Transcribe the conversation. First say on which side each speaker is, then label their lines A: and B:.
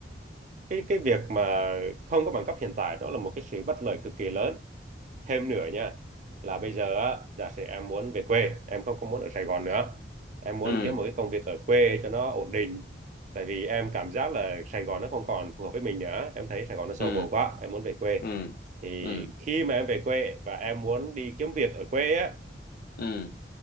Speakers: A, on the right (about 45°); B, on the left (about 55°).
A: cái cái việc mà không có bằng cấp hiện tại đó là một cái sự bất lợi cực kỳ lớn thêm nữa nha là bây giờ á giả sử em muốn về quê em không có muốn ở Sài Gòn nữa em muốn
B: ừ
A: kiếm một cái công việc ở quê cho nó ổn định tại vì em cảm giác là Sài Gòn nó không còn phù hợp với mình nữa em thấy Sài Gòn nó xô
B: ừ
A: bồ quá em muốn về quê
B: ừ
A: thì
B: ừ
A: khi mà em về quê và em muốn đi kiếm việc ở quê á
B: ừ